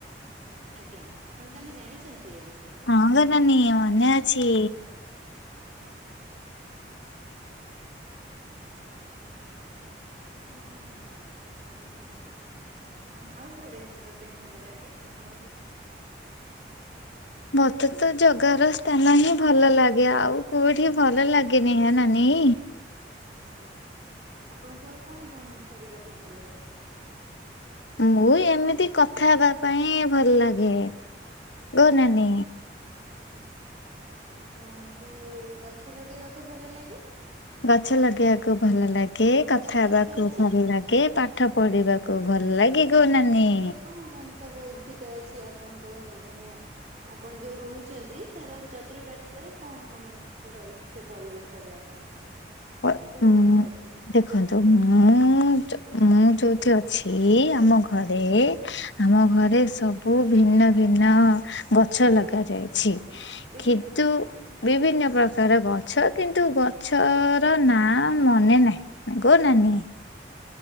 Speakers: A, on the right; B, on the left.
A: ଆଜ୍ଞା, ଆପଣ ତାହେଲେ ଜାଣିଛନ୍ତି ଏବେ?
B: ହଁ ଗୋ ନାନୀ ମନେ ଅଛି।
A: <unintelligible> ଆପଣ ଉଁ-ଉଁ-ଉଁ ଆଉ କୁଆଡେ ଯିବା ପାଇଁ ଭଲ ଲାଗେ ଆପଣଙ୍କୁ?
B: ମତେ ତ ଜଗାର ସ୍ଥାନ ହିଁ ଭଲ ଲାଗେ ଆଉ କୋଉଠି ଭଲ ଲାଗେନି ହୋ ନାନୀ।
A: ଆଚ୍ଛା, ଆପଣଙ୍କୁ ଆଉ କଣ କଣ କରିବାକୁ ଭଲ ଲାଗେ?
B: ମୁଁ ଏମିତି କଥା ହେବା ପାଇଁ ଭଲ ଲାଗେ, ଗୋ ନାନୀ।
A: ଆଚ୍ଛା, ଆପଣଙ୍କୁ ଗଛ ଲଗେଇବାକୁ ଭଲ ଲାଗେ?
B: ଗଛ ଲଗେଇବାକୁ ଭଲ ଲାଗେ,
A: ଆପଣଙ୍କର
B: କଥା
A: ଗଛ
B: ହେବାକୁ
A: ଅଛି?
B: ଭଲ ଲାଗେ। କେ ପାଠ ପଢିବାକୁ ଭଲ ଲାଗେ ଗୋ ନାନୀ।
A: ଆପଣଙ୍କ କଣ କଣ ସବୁ ଉଦ୍ଭିଦ ଅଛି ଆପଣଙ୍କ ମାନେ ଆପଣ ଯୋଉ ରହୁଛନ୍ତି ତାର ଚତୁଃପାର୍ଶ୍ ରେ କଣ କଣ ରହିଛି ସେ ପରିବେଶରେ ଆପଣଙ୍କର?
B: ଅ
A: କୋଉ
B: ଉଁ
A: ଗଛ ଅଛି
B: ଦେଖନ୍ତୁ ମୁଁ, ମୁଁ ଯୋଉଥି ଅଛି ଆମ ଘରେ
A: ଆଜ୍ଞା
B: ଆମ ଘରେ ସବୁ ଭିନ୍ନ ଭିନ୍ନ ଗଛ ଲଗା ଯାଇଛି।
A: ବିଭିନ୍ନ
B: କିତୁ
A: ପ୍ରକାରର
B: ବିଭିନ୍ନ
A: ଆଚ୍ଛା।
B: ପ୍ରକାର ଗ ଛ କିନ୍ତୁ ଗଛର ନାଁଆ ମନେ ନାହିଁ, ଆଗୋ ନାନୀ।